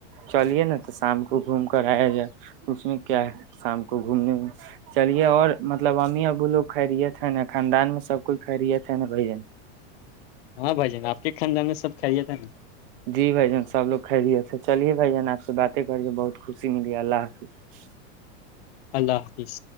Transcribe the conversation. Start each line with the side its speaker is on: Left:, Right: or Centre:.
Right: چلیے نا تو شام کو گھوم کر آیا جائے اس میں کیا ہے شام کو گھومنے میں چلیے اور مطلب امی ابو لوگ کھ رہیے تھ ن خاندان میں سب کوئی کھ رہیے تھن نا بھ جن
Left: ہاں بھائی جان آپ کے خاندان میں سب کھے تھا نا
Right: جی بھائی جان سب لوگ کھ رہیے تھے چلیے بھائی جان آپ سے باتیں کریے بہت خوشی ملی اللہ حافظ
Left: اللہ حافظ